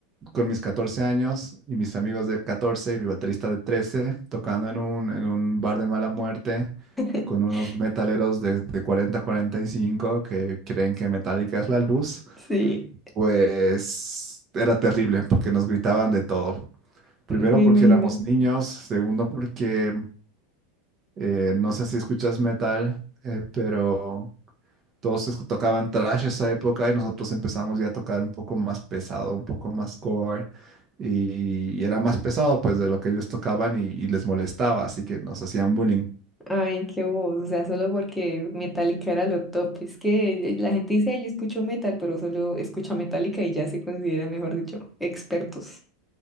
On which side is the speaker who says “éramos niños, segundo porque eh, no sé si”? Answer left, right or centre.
Right